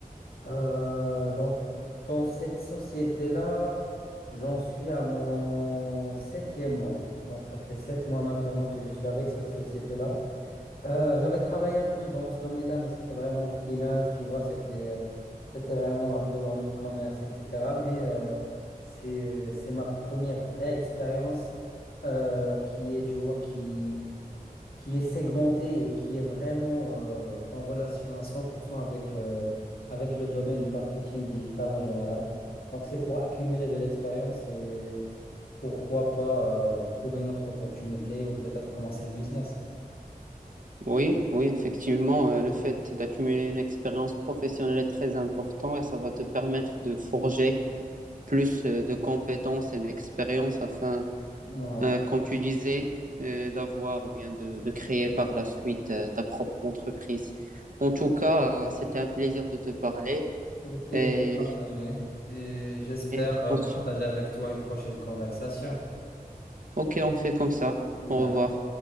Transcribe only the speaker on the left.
Euh, donc, dans cette société-là, j'en suis à mon septième mois. Donc, ça fait sept mois maintenant que je suis avec cette société-là. Euh, j'avais travaillé un peu dans ce domaine-là, mais c'était vraiment en freelance, tu vois, c'était euh, c'était vraiment un peu dans l'e-commerce, etc. Mais euh, c'est euh, c'est ma première vraie expérience euh, qui est, tu vois, qui, qui est segmentée et qui est vraiment euh, en relation à 100% avec, euh, avec le domaine du marketing digital en général. Donc c'est pour accumuler de l'expérience et pourquoi pas euh, trouver une autre opportunité ou peut-être commencer un business.
Ouais.
Le plaisir
est partagé et j'espère
euh,
partager
avec toi une prochaine conversation.
D'accord.